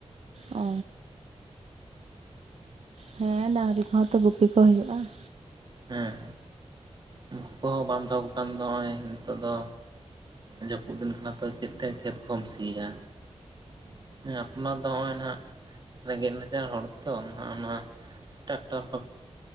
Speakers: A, on the right; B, on the right.
A: ᱚ ᱦᱮᱸ ᱰᱟᱝᱨᱤ ᱠᱚᱦᱚᱸ ᱛᱚ ᱜᱩᱯᱤ ᱠᱚ ᱦᱩᱭᱩᱜᱼᱟ ᱾
B: ᱦᱮᱸ ᱩᱱᱠᱩ ᱠᱚᱦᱚᱸ ᱵᱟᱢ ᱫᱚᱦᱚᱠᱚ ᱠᱟᱱ ᱱᱚᱜᱼᱚᱭ ᱱᱤᱛᱚᱜ ᱫᱚ ᱡᱟᱹᱯᱩᱫ ᱫᱤᱱ ᱠᱟᱱᱟ ᱾ ᱛᱚ ᱪᱮᱫᱛᱮ ᱠᱷᱮᱛ ᱠᱚᱢ ᱥᱤᱭᱟ ᱦᱮᱸ ᱟᱯᱱᱟᱨ ᱫᱚ ᱱᱚᱜᱼᱚᱭ ᱱᱟᱦᱟᱜ ᱨᱮᱸᱜᱮᱡ ᱱᱟᱪᱟᱨ ᱦᱚᱲ ᱛᱚ ᱱᱟᱦᱟᱜ ᱚᱱᱟ ᱴᱨᱟᱠᱴᱟᱨ ᱠᱚ